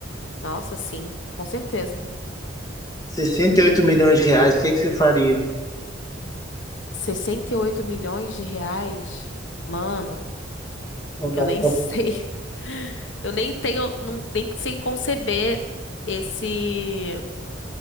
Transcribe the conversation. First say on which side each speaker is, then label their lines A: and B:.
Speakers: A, on the left (about 80°); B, on the left (about 20°).
A: Nossa, sim, com certeza.
B: sessenta e oito milhões de reais, o que que você faria?
A: sessenta e oito milhões de reais? Mano,
B: Não
A: eu
B: dá
A: nem
B: nem pra...
A: sei. <laughs> Eu nem tenho, não, nem sei conceber esse,